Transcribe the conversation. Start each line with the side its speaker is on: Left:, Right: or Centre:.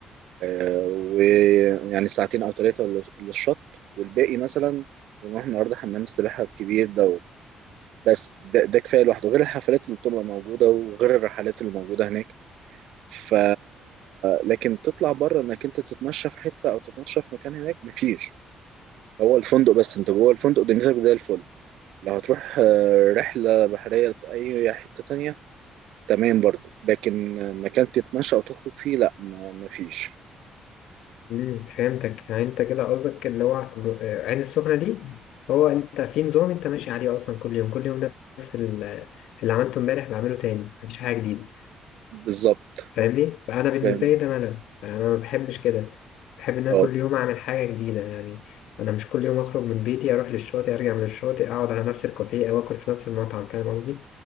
Right: آه، ويعني ساعتين أو ثلاثة للشط والباقي مثلا نروح النهاردة حمام السباحة الكبير ده بس ده, ده كفايه لوحده غير الحفلات اللي بتبقى موجوده وغير الرحلات اللي موجوده هناك ف لكن تطلع بره انك انت تتمشى في حته او تتمشى في مكان هناك مفيش هو الفندق بس انت جوه الفندق دنيتك زي الفل لو هتروح آه، رحله بحريه في اي حته تانية تمام برضو لكن آه، مكان تتمشى او تخرج فيه لا ما- مفيش
Left: مم. فهمتك يعني انت كده قصدك اللي هو م- آه، عين السخنة دي هو انت في نظام انت ماشي عليه اصلا كل يوم كل يوم نفس ال- اللي عملته امبارح بعمله تاني مفيش حاجة جديدة
Right: بالظبط
Left: فاهمني فانا بالنسبة
Right: فاهم
Left: لي ده ملل يعني انا ما بحبش كده بحب ان انا
Right: اه
Left: كل يوم اعمل حاجة جديدة يعني انا مش كل يوم اخرج من بيتي اروح للشاطئ ارجع من الشاطئ اقعد على نفس الكافيه او اكل في نفس المطعم فاهم قصدي